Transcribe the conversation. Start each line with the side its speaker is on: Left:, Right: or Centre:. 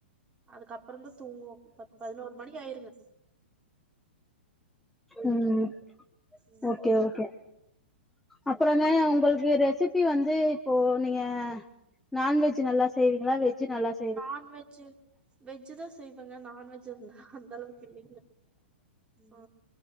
Right: அதுக்கப்பறந்தா தூங்குவோ பத் பதினோரு மணி ஆயிருங்க
Centre: ம்
Right: ம்
Centre: ஓகே ஓகே
Right: சரிங்க
Centre: அப்புறண்ண உங்குளுக்கு ரெசிப் பி வந்து இப்போ நீங்க ர நான்வெஜ்ஜி நல்லா செய்வீங்களா வெஜ்ஜி நல்லா செய்ள
Right: நான்வெஜ்ஜு வெஜ்ஜுதா செய்வாங்க நான்வெஜ்ஜு அந்தளவுக்கில்லீங்க ஆ